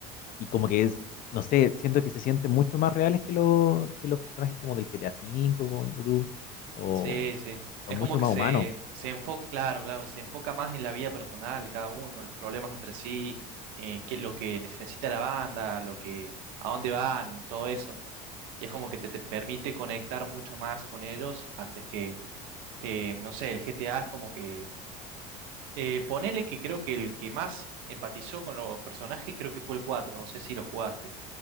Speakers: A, on the left; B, on the right.
A: y como que es, no sé, siento que se sienten mucho más reales que, los que los personajes como del GTA V, como de tú, o
B: Sí, sí.
A: son
B: Es
A: mucho
B: como que
A: más
B: se,
A: humanos.
B: se enfoca, claro, claro, se enfoca más en la vida personal de cada uno, los problemas entre sí, eh, qué- lo que necesita la banda, lo que, a dónde van, todo eso. Y es como que te, te permite conectar mucho más con ellos antes que, eh, no sé, el GTA es como que Eh, ponele que creo que el que más empatizó con los personajes creo que fue el cuatro no sé si los jugaste.